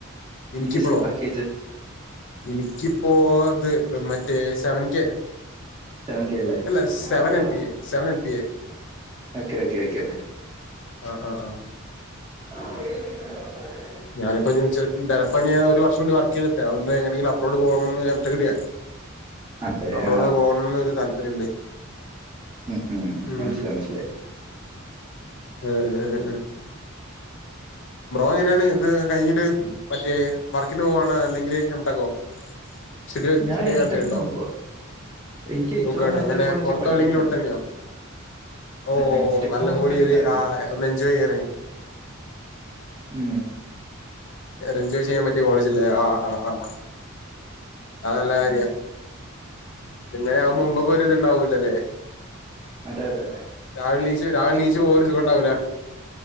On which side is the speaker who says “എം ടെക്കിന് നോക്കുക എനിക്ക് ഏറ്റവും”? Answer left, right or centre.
Right